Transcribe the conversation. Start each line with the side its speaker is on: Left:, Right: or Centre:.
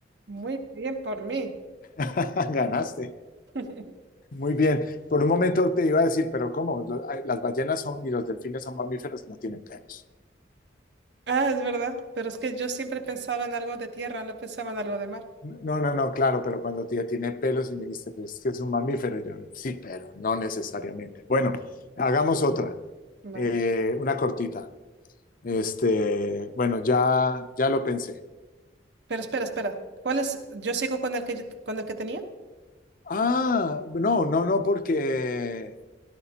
Right: Muy bien por mí.
Left: <laughs> Ganaste.
Right: <laughs>
Left: Muy bien. Por un momento te iba a decir, pero ¿cómo? Lo- ay, Las ballenas son y los delfines son mamíferos, no tienen pelos.
Right: Ah, es verdad, pero es que yo siempre pensaba en algo de tierra, no pensaba en algo de mar.
Left: No, no, no, claro, pero cuando tía tiene pelos y me dijiste, pues es que es un mamífero, yo, sí, pero no necesariamente. Bueno, hagamos otra,
Right: Vale.
Left: eh, una cortita. Este, bueno, ya, ya lo pensé.
Right: Pero espera, espera. ¿Cuál es? ¿Yo sigo con el que yo- con el que tenía?
Left: Ah, no, no, no, porque,